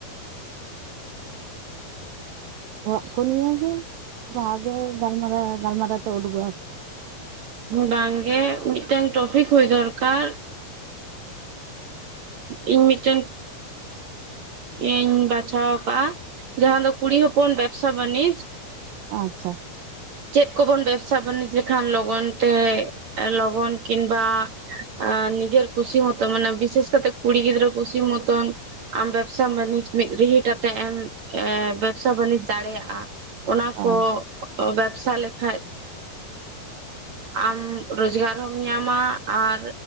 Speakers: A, on the right (about 70°); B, on the right (about 55°).
A: ᱚᱲᱟᱜ ᱠᱚ ᱱᱤᱭᱟᱹᱜᱮ ᱡᱟᱦᱟᱸᱜᱮ ᱜᱟᱞᱢᱟᱨᱟᱣ ᱜᱟᱞᱢᱟᱨᱟᱣ ᱛᱮ ᱩᱰᱩᱠᱚᱜ ᱟ
B: ᱵᱟᱝᱜᱮ ᱢᱤᱫᱴᱮᱱ ᱴᱚᱯᱤᱠ ᱦᱩᱭ ᱫᱚᱨᱠᱟᱨ ᱤᱧ ᱢᱤᱫᱴᱮᱱ ᱤᱧ ᱵᱟᱪᱷᱟᱣ ᱟᱠᱟᱫᱼᱟ ᱡᱟᱦᱟᱸ ᱫᱚ ᱠᱩᱲᱤ ᱦᱚᱯᱚᱱ ᱵᱮᱵᱥᱟ ᱵᱟᱱᱤᱡᱽ
A: ᱚ ᱟᱪᱪᱷᱟ
B: ᱪᱮᱫ ᱠᱚᱵᱚᱱ ᱵᱮᱵᱥᱟ ᱵᱟᱹᱱᱤᱡᱽ ᱞᱮᱠᱷᱟᱱ ᱞᱚᱜᱚᱱ ᱛᱮ ᱞᱚᱜᱚᱱ ᱠᱤᱢᱵᱟ ᱟᱸ ᱱᱤᱡᱮᱨ ᱠᱷᱩᱥᱤ ᱢᱚᱛᱚ ᱢᱟᱱᱮ ᱵᱤᱥᱮᱥ ᱠᱟᱛᱮ ᱠᱩᱲᱤ ᱜᱤᱫᱽᱨᱟᱹ ᱠᱩᱥᱤ ᱢᱚᱛᱚᱱ ᱟᱢ ᱵᱮᱵᱥᱟ ᱵᱟᱹᱱᱤᱡᱽ ᱢᱤᱫ ᱨᱤᱦᱤᱴ ᱟᱛᱮᱜ ᱮᱢ ᱵᱮᱵᱥᱟ ᱵᱟᱱᱤᱡᱽ ᱫᱟᱲᱮᱭᱟᱜᱼᱟ ᱚᱱᱟ
A: ᱚ
B: ᱠᱚ ᱵᱮᱵᱥᱟ ᱞᱮᱠᱷᱟᱡ ᱟᱢ ᱨᱚᱡᱽᱜᱟᱨ ᱦᱚᱢ ᱧᱟᱢᱟ ᱟᱨ